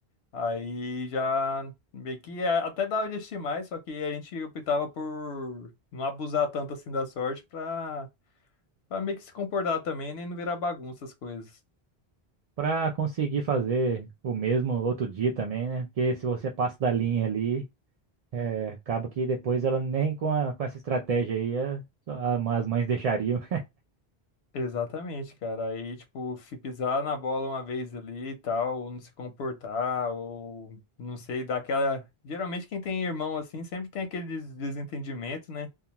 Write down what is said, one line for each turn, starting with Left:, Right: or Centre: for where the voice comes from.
Left: Aí já meio que a- até dava de assistir mais, só que a gente optava por não abusar tanto assim da sorte pra, pra meio que se comportar também, nem não virar bagunça as coisas.
Right: Pra conseguir fazer o mesmo outro dia também, né? Porque se você passa da linha ali. É, acaba que depois ela nem com, a- com essa estratégia aí a- só a- as mães deixariam
Left: Exatamente, cara. Aí, tipo, se pisar na bola uma vez ali e tal, ou não se comportar, ou não sei, dá aquela. Geralmente, quem tem irmão assim sempre tem aquele des- desentendimento, né?